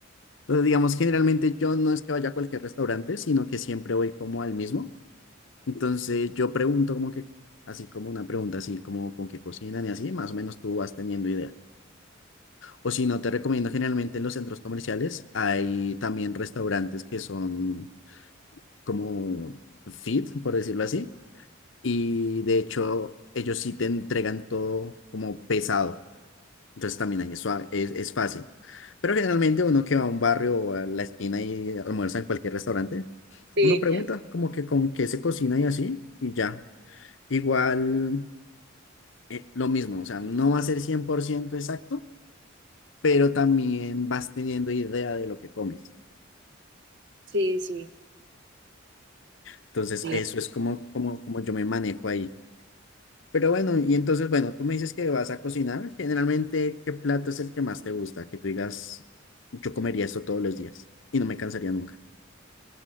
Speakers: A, on the left (about 65°); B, on the right (about 60°).
A: Entonces, digamos, generalmente yo no es que vaya a cualquier restaurante, sino que siempre voy como al mismo. Entonces, yo pregunto como que, así como una pregunta, así como con qué cocinan y así, más o menos tú vas teniendo idea. O si no, te recomiendo generalmente en los centros comerciales hay también restaurantes que son como fit, por decirlo así y de hecho ellos sí te entregan todo como pesado. Entonces también ahí es, suave- es, es fácil. Pero generalmente uno que va a un barrio o a la esquina y almuerza en cualquier restaurante,
B: Sí,
A: uno pregunta como que con qué se cocina y así y ya. Igual eh, lo mismo, o sea, no va a ser 100% exacto, pero también vas teniendo idea de lo que comes.
B: sí, sí.
A: Entonces
B: sí.
A: eso es como, como, como yo me manejo ahí. Pero bueno, y entonces, bueno, tú me dices que vas a cocinar. Generalmente, ¿qué plato es el que más te gusta? Que tú digas, yo comería esto todos los días y no me cansaría nunca.